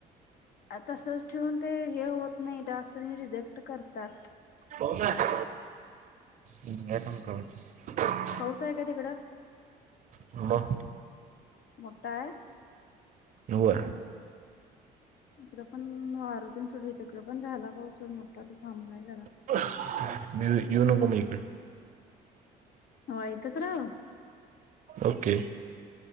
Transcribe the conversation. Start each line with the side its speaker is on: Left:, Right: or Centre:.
Left: तसंच ठेवून ते हे होत नाही टास्कनी रिजेक्ट करतात.
Right: होय का घ्या तुम्ही काढुन.
Left: पाऊस आहे काय तिकडं.
Right: ह.
Left: मोटा आहे.
Right: होय.
Left: इकड पण वारतीन सुट तिकडे पण झाला पाऊस मोठा तर थांबलाय जरा.
Right: <unintelligible> म येऊ नको मी येते.
Left: हो ईथेच राहु.
Right: ओके.